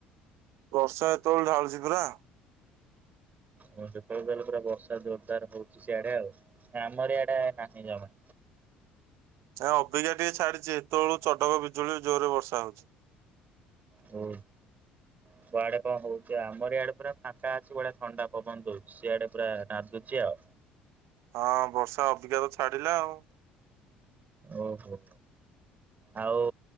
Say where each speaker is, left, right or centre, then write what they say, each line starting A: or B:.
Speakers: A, on the right (about 65°); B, on the right (about 35°).
A: ବର୍ଷା ଏତେବେଳୁ ଢାଳୁଛି ପରା।
B: ଯେତେବେଳେ ହେଲେ ପୁରା ବର୍ଷା ଜୋରଦାର ହଉଛି ସେଆଡେ ଆଉ ଆମର ଏଇଆଡେ ନାହିଁ ଜମା।
A: ଏଁ ଅବିକ ଟିକେ ଛାଡିଛି ସେତେବେଳୁ ଚଡକ ବିଜୁଳି ଜୋରରେ ବର୍ଷା ହଉଛି।
B: ହୁଁ। କୁଆଡେ କଣ ହଉଛି ଆମର ଇଆଡେ ପୁରା ଫାଙ୍କା ଅଛି ବଢିଆ ଥଣ୍ଡା ପବନ ଦଉଛି। ସିଆଡେ ପୁରା ନାଦୁଛି ଆଉ।
A: ହଁ ବର୍ଷା ଅବିଗା ଛାଡିଲା ଆଉ।
B: ଓହୋ। ଆଉ